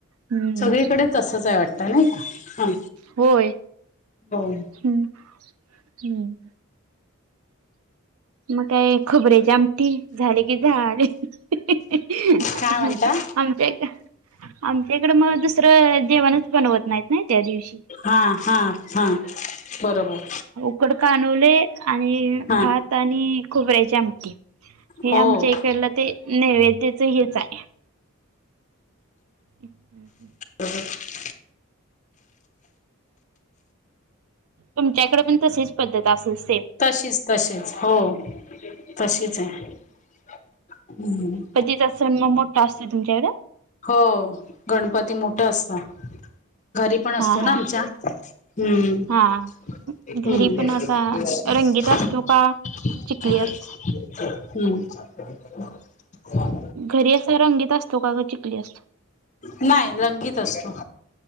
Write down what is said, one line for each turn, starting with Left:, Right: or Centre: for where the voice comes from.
Right: हम्म
Left: सगळीकडे तसंच आहे वाटत नाही का. हा.
Right: होय
Left: हो
Right: हम्म हम्म. मग काय खोबऱ्याची आमटी झाली कि झाले. हम्म.
Left: काय म्हणता
Right: आमच्या इक आमच्या इकडं मग दुसरं जेवणच बनवत नाहीत ना त्या दिवशी
Left: हा हा हा बरोबर.
Right: थोड कानवले आणि
Left: हा
Right: भात आणि खोबऱ्याची आमटी हे
Left: हो
Right: आमच्या इकडल ते नैवद्यच हेच आहे. अच्छ <unintelligible>
Left: अह
Right: तुमच्याकडे पण तशीच पद्धत असेल सेम
Left: तशीच तशीच हो तशीच आहे हम्म.
Right: हीच असेन म मो काय असत्य तुमच्याकडे
Left: हो गणपती मोठा असतं. घरी पण असतो
Right: हा
Left: ना
Right: हा
Left: आमच्या. हम्म
Right: हा घरी पण असा
Left: हम्म.
Right: रंगीत असतो का चिकली असतो
Left: हम्म.
Right: घरी अस रंगीत असतो का ग चिकली असतो?
Left: नाही रंगीत असतो